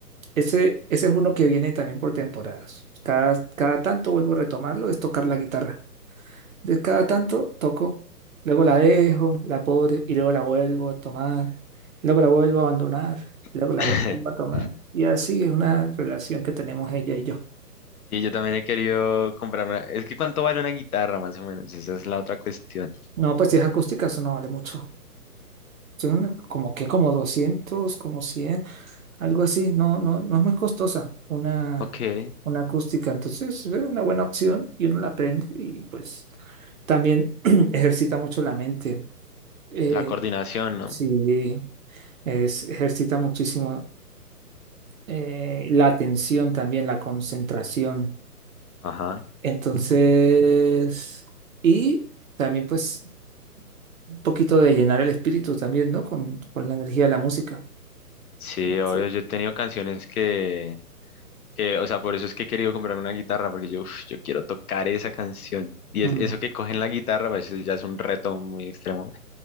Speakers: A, on the right; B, on the left.
A: ese, ese es uno que viene también por temporadas. Cada, cada tanto vuelvo a retomarlo, es tocar la guitarra. De cada tanto toco, luego la dejo, la pobre, y luego la vuelvo a tomar, luego la vuelvo a abandonar,
B: <laughs>
A: luego la vuelvo a tomar. Y así es una relación que tenemos ella y yo.
B: Sí, yo también he querido comprarme, es que ¿cuánto vale una guitarra más o menos? Esa es la otra cuestión.
A: No, pues si es acústica, eso no vale mucho. Son como que como 200 como cien Algo así, no, no, no es muy costosa una,
B: Ok,
A: una acústica, entonces es una buena opción y uno la aprende y pues también <clears throat> ejercita mucho la mente. Eh,
B: la coordinación, ¿no?
A: sí, es, ejercita muchísimo eh, la atención también, la concentración.
B: Ajá.
A: Entonces, y también pues un poquito de llenar el espíritu también, ¿no? Con, con la energía de la música.
B: Sí, obvio,
A: Sí.
B: yo he tenido canciones que, que, o sea, por eso es que he querido comprarme una guitarra, porque yo, uf, yo quiero tocar esa canción. Y es,
A: Mm.
B: eso que cogen la guitarra, pues eso ya es un reto muy extremo,